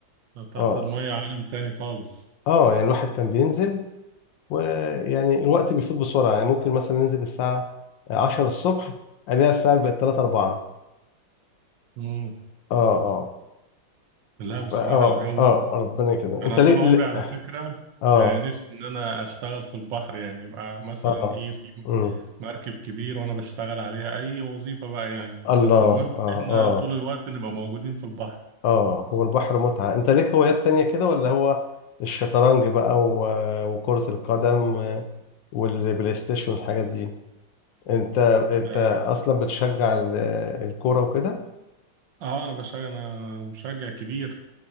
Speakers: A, on the right; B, on the left.
A: تحت
B: اه
A: المية عالم تاني خالص
B: اه يعني الواحد كان بينزل ويعني الوقت بيفوت بسرعة يعني ممكن مثلا ننزل الساعة 10 الصبح الاقيها الساعة بقت 3 4
A: امم
B: اه اه
A: لا بصراحة
B: ف- اه
A: الجو
B: اه ربنا يكرمك
A: أنا
B: انت
A: طول
B: ليه
A: عمري
B: ليه-
A: على فكرة
B: اه
A: آه، نفسي إن أنا أشتغل في البحر يعني يبقى مثلا
B: اه
A: إيه في
B: امم
A: مركب كبير وانا بشتغل عليها اي وظيفة بقى يعني
B: الله
A: بس المهم ان
B: اه
A: احنا
B: اه
A: طول الوقت نبقى موجودين في البحر
B: اه هو البحر متعة انت ليك هوايات تانية كده ولا هو الشطرنج بقى و- وكرة القدم والبلاي ستيشن والحاجات دي انت انت
A: اه
B: اصلا بتشجع ال- الكورة وكده
A: آه، انا بشجع انا مشجع كبير